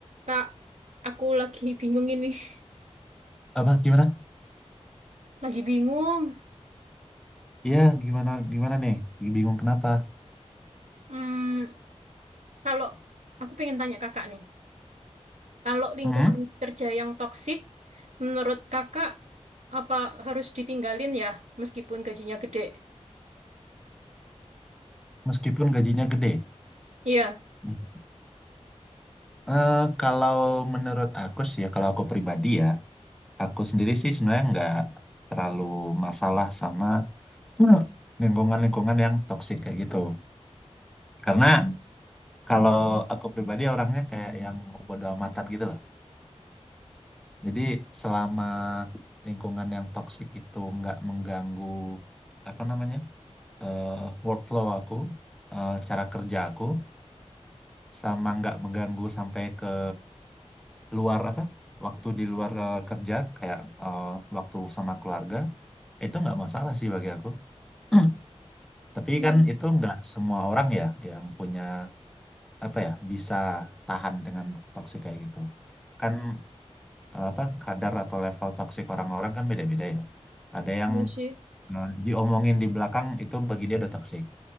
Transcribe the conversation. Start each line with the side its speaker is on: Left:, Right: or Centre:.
Right: Kak, aku lagi bingung ini. <laughs>
Centre: apa gimana?
Right: Lagi bingung.
Centre: Iya, gimana gimana nih? Bingung kenapa?
Right: Hmm, kalau aku pengen tanya kakak nih, kalau lingkungan
Centre: Hmm,
Right: kerja yang toksik, menurut kakak apa harus ditinggalin ya, meskipun gajinya gede?
Centre: Meskipun gajinya gede.
Right: Iya.
Centre: Hmm. Eh, kalau menurut aku sih ya, kalau aku pribadi ya, aku sendiri sih sebenarnya nggak terlalu masalah sama eh, lingkungan-lingkungan yang toksik kayak gitu. Karena kalau aku pribadi orangnya kayak yang bodo amatan gitu loh. Jadi selama lingkungan yang toksik itu nggak mengganggu apa namanya? eh, workflow aku, eh, cara kerja aku, sama nggak mengganggu sampai ke luar apa, waktu di luar eh, kerja, kayak eh, waktu sama keluarga, itu nggak masalah sih bagi aku. <clears throat> Tapi
Right: Hmm,
Centre: kan itu nggak semua orang ya yang punya apa ya bisa tahan dengan toksik kayak gitu. Kan eh, apa kadar atau level toksik orang-orang kan beda-beda ya. Ada yang
Right: iya sih.
Centre: eh, diomongin di belakang itu bagi dia udah toksik.